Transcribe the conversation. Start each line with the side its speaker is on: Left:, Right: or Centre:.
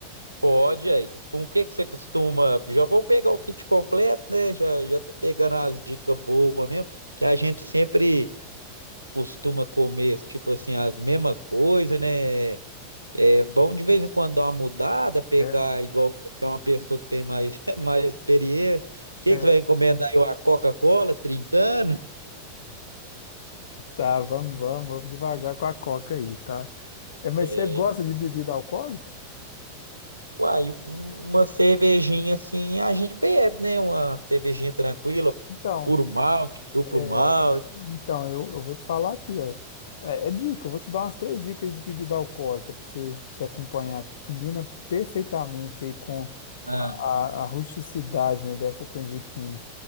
Right: pode aí. Com o que que você costuma? Já vou pegar o kit completo, né? Já, já tô pegando as dicas boas mesmo, que a gente sempre costuma comer, tipo assim, as mesmas coisas, né? É bom de vez em quando dar uma mudada, pegar
Left: É, ué.
Right: igual você é uma pessoa que tem mais, <laughs> mais experiência. O que,
Left: é.
Right: que você vai encomendar aí? Uma Coca-Cola trincando?
Left: Tá, vamos, vamos, vamos devagar com a coca aí, tá? É, mas
Right: É.
Left: você gosta de bebida alcoólica?
Right: Uai, um- uma cervejinha assim a gente bebe, né? Uma cervejinha tranquila,
Left: Então,
Right: puro malte, duplo
Left: é,
Right: malte.
Left: então eu, eu vou te falar aqui, ó. É, é dica, eu vou te dar umas três dicas aí de bebida alcoólica pra você, pra você acompanhar, que combina perfeitamente aí com
Right: Ah,
Left: a, a rusticidade, né, dessa canjiquinha.